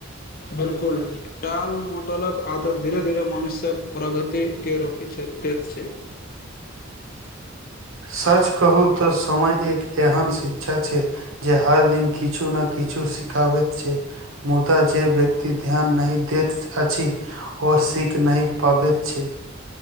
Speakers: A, on the left (about 45°); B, on the right (about 85°).
A: बिल्कुल टाल मोटलक आदत धीरे धीरे मनुष्य्यक प्रगति के रोकि छै ते छै
B: सच कहू तऽ समय एक एहन शिक्षा छै जे हर दिन किछु ने किछु सिखाबैत छै मुदा जे व्यक्ति ध्यान नहि देैत अछि ओ सीख नहि पाबैत छै